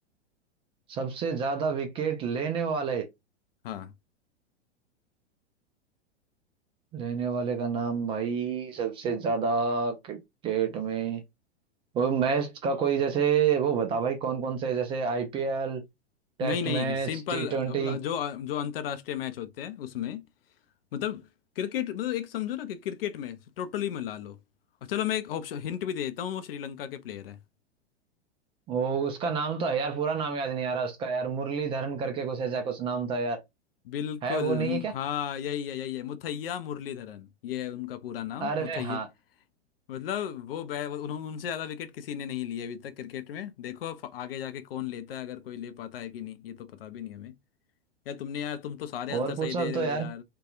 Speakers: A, on the right (about 15°); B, on the left (about 60°).
A: सबसे ज्यादा विकेट लेने वाले
B: हाँ
A: लेने वाले का नाम भाई सबसे ज्यादा क्रिकेट में वो मैच का कोई जैसे वो बता भाई कौन कौन से जैसे IPL test
B: नहीं नहीं
A: match
B: सिंपल
A: T twenty
B: अपना जो जो अंतर्राष्ट्रीय मैच होते हैं उसमें मतलब क्रिकेट मतलब एक समझो ना कि क्रिकेट में टोटली मिला लो और चलो मैं एक ऑप्शन हिंट भी दे देता हूँ वो श्रीलंका के प्लेयर है
A: वो उसका नाम तो है यार पूरा नाम याद नहीं आ रहा उसका यार मुरलीधरन करके कुछ ऐसा कुछ नाम था यार
B: बिल्कुल
A: है वो नहीं
B: म-
A: है क्या
B: हाँ यही है यही है मुथैया मुरलीधरन ये है उनका पूरा नाम
A: अरे
B: मुथैया
A: हाँ
B: मतलब वो बै वो- उन्हों- उनसे ज्यादा विकेट किसी ने नहीं लिए अभी तक क्रिकेट में देखो अब आगे जाके कौन लेता है अगर कोई ले पाता है कि नहीं ये तो पता भी नहीं हमें यार तुमने यार तुम तो सारे आंसर
A: और
B: सही
A: पूछो अब
B: दे रहे
A: तो
B: हो
A: यार
B: यार